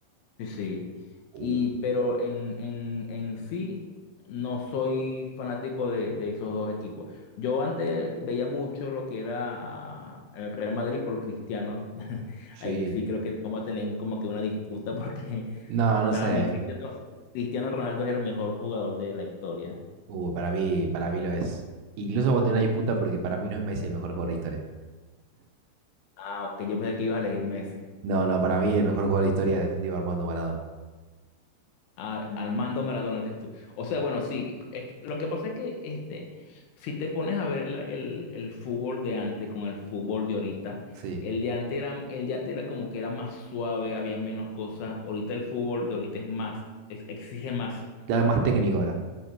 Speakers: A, on the left; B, on the right.
A: Sí, sí.
B: Uh,
A: Y, pero en, en, en sí no soy fanático de, de esos dos equipos. Yo antes veía mucho lo que era el Real Madrid por Cristiano. <laughs>
B: sí.
A: Ahí sí creo que vamos a tener como que una disputa porque <laughs>
B: No, no
A: para
B: sé.
A: mí Cristiano, Cristiano Ronaldo es el mejor jugador de la historia.
B: Uy, para mí, para mí lo es. Incluso vamos a tener una disputa porque para mí no es Messi el mejor jugador de la historia.
A: Ah, ok, yo pensé que ibas a elegir Messi.
B: No, no, para mí el mejor jugador de la historia es Diego Armando Maradona.
A: Ar- Armando Maradona, dices tú. O sea, bueno, sí, es que- lo que pasa es que este, si te pones a ver el, el- el fútbol de antes con el fútbol de ahorita,
B: Sí.
A: el de antes era, el de antes era como que era más suave, había menos cosas. Ahorita el fútbol de ahorita es más, es- exige más.
B: Claro, más técnico ahora.